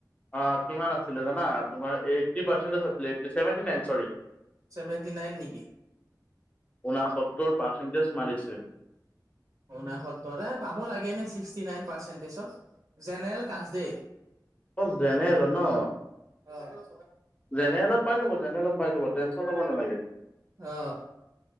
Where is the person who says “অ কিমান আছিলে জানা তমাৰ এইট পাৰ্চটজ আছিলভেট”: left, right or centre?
Left